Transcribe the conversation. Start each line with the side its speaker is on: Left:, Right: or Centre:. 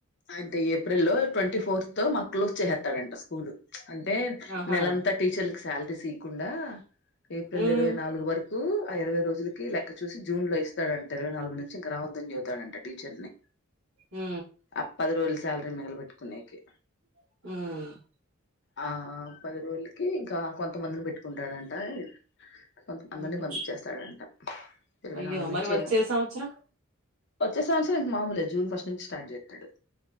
Left: అయితే ఏప్రిల్ లో ట్వంటీ ఫోర్త్ తో మాకు క్లోజ్ చేసేత్తాడంట స్కూలు అంటే
Right: ఆహా
Left: నెలంతా టీచర్లకు శాలరీస్ ఈయ్యకుండా ఏప్రిల్
Right: ఉమ్
Left: ఇరవై నాలుగు వరుక్ కూ ఆ ఇరవై రోజులుకి లెక్క చూసి జూన్ లో ఇస్తాడంట ఇరవై నాలుగు నుంచి ఇంక రావద్దన్ జెపుతాడంట టీచర్ల ని
Right: మ్
Left: అ ప్పది రోజుల శాలరీ మిగుల బెట్టుకోనికి
Right: మ్
Left: ఆ పది రోలకి ఇంకా కొంతమందిని బెట్టుకుంటాడంటా కొంత అందిని
Right: ఉహు
Left: పంపించేస్తాడంట ఇరవై
Right: అయ్యో
Left: నాలుగు నుంచి
Right: మరి వచ్చే
Left: ఏమో
Right: సంవత్సరం
Left: వచ్చే సంవత్సరం ఇంక మామూలే జూన్ ఫస్ట్ నుంచి స్టార్ట్ చేస్తాడు